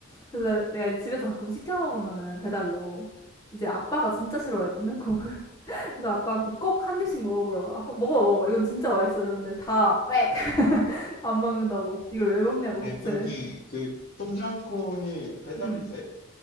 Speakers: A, on the left; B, on the left.
A: 그래서 내가 이제 집에서 가끔 시켜 먹으면은 배달로 이제 아빠가 진짜 싫어해 똠양꿍을 <laughs> 그래서 아빠한테 꼭 한 입씩 먹어보라고 아빠 먹어봐 먹어봐 이건 진짜 맛있어 그러는데 다 빽! <laughs> 안 먹는다고 이걸 왜 먹냐고
B: 아니,
A: 대체
B: 근데 그 똠양꿍이 배달이
A: 음아
B: 돼?